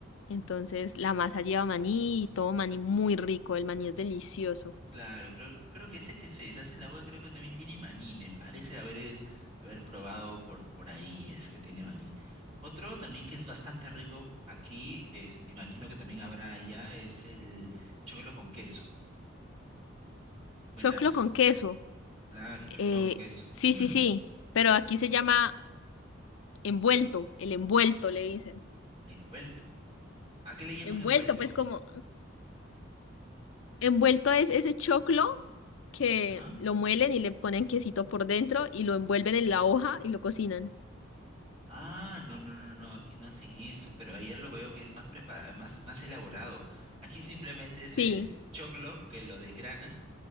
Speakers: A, on the left; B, on the right.
A: Entonces, la masa lleva maní y todo maní muy rico, el maní es delicioso.
B: Claro, creo, creo que ese que se deshace en la boca creo que también tiene maní, me parece haber, eh, haber probado por, por ahí ese que tiene maní. Otro también que es bastante rico aquí, este, imagino que también habrá allá, es el choclo con queso, es buenazo.
A: Choclo con queso.
B: Claro, un chocolate
A: Eh,
B: con queso.
A: sí,
B: <clears throat> El
A: sí, sí, pero aquí se llama envuelto, el envuelto le dicen.
B: envuelto. ¿A qué le llaman
A: Envuelto,
B: envuelto?
A: pues como envuelto es ese choclo que
B: ¿Ya?
A: lo muelen y le ponen quesito por dentro y lo envuelven en la hoja y lo cocinan.
B: Ah, no, no, no, no, aquí no hacen eso, pero allá lo veo que es más preparado, más, más elaborado. Aquí simplemente es
A: Sí.
B: el choclo que lo desgranan